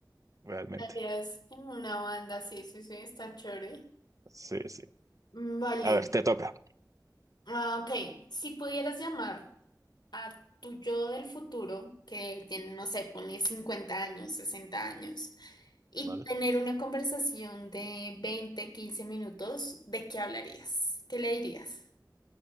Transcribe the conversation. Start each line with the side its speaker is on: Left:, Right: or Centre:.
Right: realmente.
Left: Darías en una banda, sí, sí, sí, está chévere.
Right: Sí, sí.
Left: Mm, Vale.
Right: A ver, te toca.
Left: Ah, Ok, si pudieras llamar. a tu yo del futuro, que tiene, no sé, pone 50 años, 60 años, y
Right: ¿vale?
Left: tener una conversación de 20 15 minutos, ¿de qué hablarías? ¿Qué le dirías?